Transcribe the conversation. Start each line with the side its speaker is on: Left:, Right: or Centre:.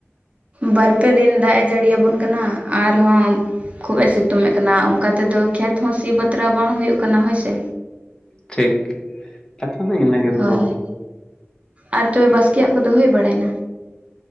Right: ᱵᱟᱨ ᱯᱮ ᱫᱤᱱ ᱫᱟᱜ ᱮ ᱡᱟᱹᱲᱤᱭᱟᱵᱚᱱ ᱠᱟᱱᱟ ᱟᱨᱦᱚᱸ ᱠᱷᱩᱵ ᱮ ᱥᱤᱛᱩᱝ ᱮᱫ ᱠᱟᱱᱟ ᱚᱱᱠᱟ ᱛᱮᱫᱚ ᱠᱷᱮᱛ ᱦᱚᱸ ᱥᱤ ᱵᱟᱛᱨᱟ ᱵᱟᱝ ᱦᱩᱭᱩᱜ ᱠᱟᱱᱟ ᱦᱳᱭᱥᱮ
Left: ᱴᱷᱤᱠ ᱠᱟᱛᱷᱟ ᱫᱚ ᱤᱱᱟᱹ ᱜᱮᱛᱚ
Right: ᱦᱳᱭ ᱟᱨ ᱛᱚᱵᱮ ᱵᱟᱥᱠᱮᱭᱟᱜ ᱠᱚᱫᱚ ᱦᱩᱭ ᱵᱟᱲᱟᱭᱮᱱᱟ